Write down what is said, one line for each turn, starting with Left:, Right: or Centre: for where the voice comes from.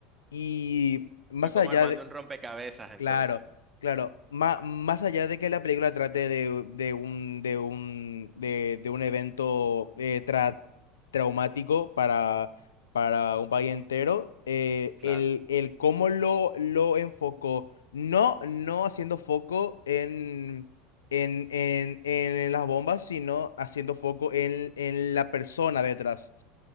Left: Y más
Right: Fue como
Left: allá
Right: armando
Left: de,
Right: un rompecabezas entonces.
Left: Claro, claro. Má- más allá de que la película trate de, de un, de un, de, de un evento eh, tra- traumático para, para un país entero, eh,
Right: Claro.
Left: el, el cómo lo, lo enfocó, no, no haciendo foco en, en, en, en las bombas, sino haciendo foco en, en la persona detrás